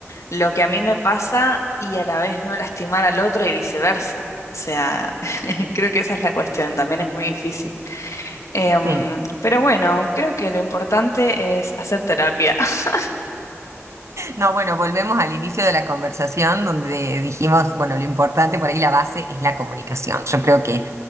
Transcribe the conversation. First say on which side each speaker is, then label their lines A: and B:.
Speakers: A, on the left; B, on the right.
A: lo que a mí me pasa y a la vez no lastimar al otro y viceversa? O sea, <laughs> creo que esa es la cuestión, también es muy difícil. Em,
B: Sí.
A: pero bueno, creo que lo importante es hacer terapia. <laughs>
B: No, bueno, volvemos al inicio de la conversación donde dijimos, bueno, lo importante por ahí, la base es la comunicación. Yo creo que,